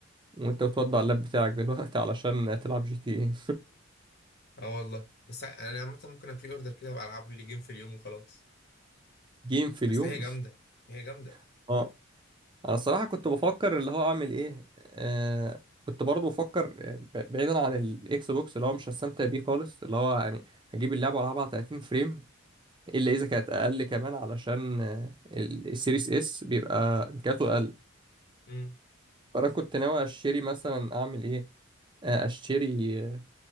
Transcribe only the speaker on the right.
وانت بتوضع اللاب بتاعك دلوقتي علشان تلعب جي تي اي
<laughs> جيم في اليوم
<laughs> اه انا الصراحه كنت بفكر اللي هو اعمل ايه آه كنت برضه بفكر آه، ب- بعيدا عن الاكس بوكس اللي هو مش هستمتع بيه خالص اللي هو يعني هجيب اللعبه والعبها على 30 فريم الا اذا كانت اقل كمان علشان آه، ال- السيريس اس بيبقى امكانياته اقل
فانا كنت ناوي اشتري مثلا اعمل ايه آه، اشتري آه،